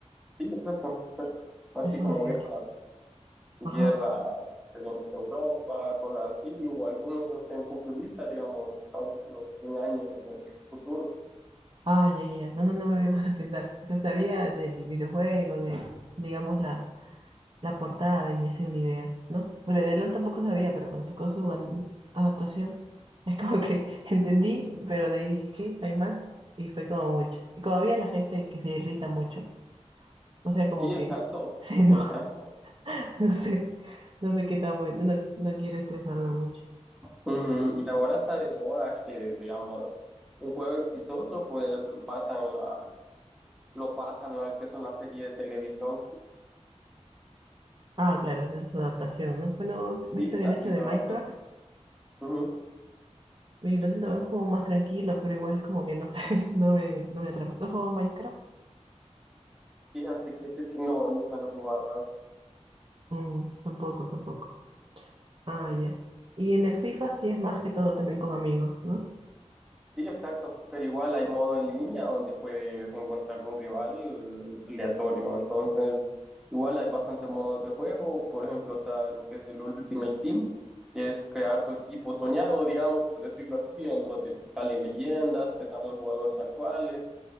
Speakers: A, in the centre; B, on the right (about 45°).
A: Sí, exacto, <laughs> exacto. Así
B: Es sobre
A: como
B: guerra.
A: guerra. guerra
B: Ajá.
A: en Europa, cosas así, o algunos en futurista, digamos, a veces no, en años en el futuro.
B: Ah, ya, ya, ya. No, no, no me había <laughs> puesto a pensar. O sea, sabía del videojuego, de, digamos, la, la portada y me hacía una idea, ¿no? O sea, de LOL tampoco sabía, pero cuando sacó su an- adaptación, <laughs> es como que <laughs> entendí, pero de ahí dije, ¿qué? ¿Hay más? Y fue como mucho. Y como había la gente que se irrita mucho, o sea, como
A: Sí,
B: que
A: exacto,
B: se enoja,
A: exacto.
B: <laughs> no sé, no sé qué tan bueno, no, no no quiero estresarme mucho.
A: Ujú, Y ahora está de moda que, digamos, un juego exitoso, pues pasan la, lo pasan lo que es una serie de televisión
B: Ah, claro, esa es su adaptación, ¿no? Bueno, visto
A: y
B: que
A: hacen
B: han hecho de
A: la
B: Minecraft,
A: adaptación. Ujú.
B: y lo siento, es un juego más tranquilo, pero igual es como que no sé, <laughs> no me, no me atrapa. ¿Tú has jugado Minecraft?
A: Fíjate que ese sí no, nunca lo he jugado.
B: Mm, tampoco, tampoco. Ah, ya. Y en el FIFA sí es más que todo también con amigos, ¿no?
A: Sí, exacto, pero igual hay modo en línea donde puedes encontrar un rival eh, aleatorio, entonces igual hay bastantes modos de juego, por ejemplo está lo que es el Ultimate Team, que es crear tu equipo soñado, digamos, por decirlo así, en donde te salen leyendas, te salen jugadores actuales,